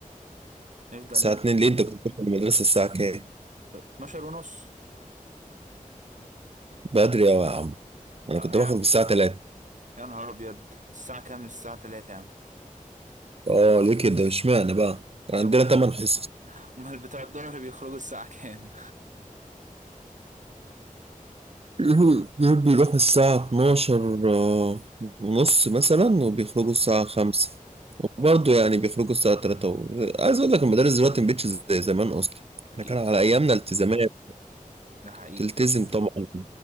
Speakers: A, on the right (about 60°); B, on the right (about 45°).
A: نفضل
B: الساعة
A: نلعب
B: 2 ليه انت كنت بتروح المدرسة الساعة كام؟
A: اتناشر ونص
B: بدري أوي يا عم انا
A: اه
B: كنت
A: يا
B: بخرج
A: عم
B: الساعة 3
A: يا نهار أبيض من الساعة كام للساعة تلاتة يا عم
B: اه ليه كده اشمعنى بقى؟ كان عندنا
A: هما
B: 8 حصص
A: هما <laughs> بتوع الظهر بيخرجوا الساعة كام
B: <laughs> دول بيروحوا الساعة 12 آه، ونص مثلا وبيخرجوا الساعة 5 وبرضه يعني بيخرجوا الساعة 3 و... عايز أقول لك المدارس دلوقتي مبقتش زي زمان أصلا
A: <laughs>
B: احنا
A: أكيد
B: كان على
A: طبعا
B: أيامنا التزامات
A: ده حقيقي
B: تلتزم
A: فعلا
B: طبعا